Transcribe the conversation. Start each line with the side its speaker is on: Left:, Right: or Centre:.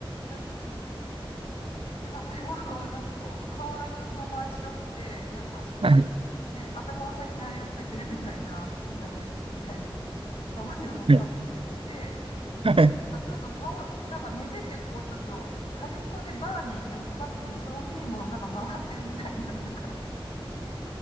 Left: なんか、被り物がなんかこう、顔だけの前白くて、なんかし、
Right: はい。
Left: で、頭の先にあれがついてるみたいな、あの、ピンがついてるみたいな、被りを被って寝てて、
Right: はい。はい。
Left: まあちょっと倒れ、なんか寝てて、こう、ちょっと端っこでバーに乗っかかった時に、そのピンもなんか回ってるみたいな、なんか、